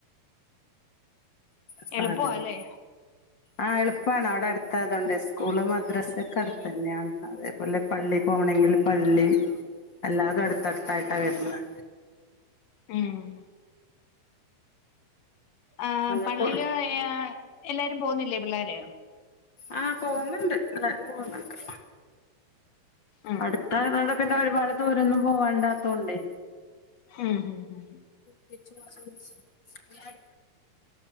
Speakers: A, on the left; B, on the left.
A: സാധനം
B: എളുപ്പവാ അല്ലേ
A: ആഹ് എളുപ്പാണ് അവടെ ആഹ് എളുപ്പാണ് അവിടെ അടുത്തായതോണ്ട് സ്കൂളും മദ്രസൊക്കെ അടുത്തു തന്നെയാണ് അതെ പോലെ പള്ളി പോണങ്കിൽ പള്ളി എല്ലാതും അടുത്തടുത്തായിട്ടാണ് വരുന്നത്
B: ഉം ആ
A: നിങ്ങക്ക്
B: പള്ളില് എല്ലാരും പോവുന്നില്ലേ പിള്ളേര്
A: ആഹ് പോന്നുണ്ട് എല്ലാരും പോവുന്നുണ്ട്
B: ഉം
A: അടുത്തായതോടെ പിന്നെ ഒരുപാട് ദൂരൊന്നും പോവാണ്ടാത്തോണ്ടെ
B: ഉംഹ് ഹു ഹും
A: തിരിച്ചും മറിച്ചും പുടിച്ച്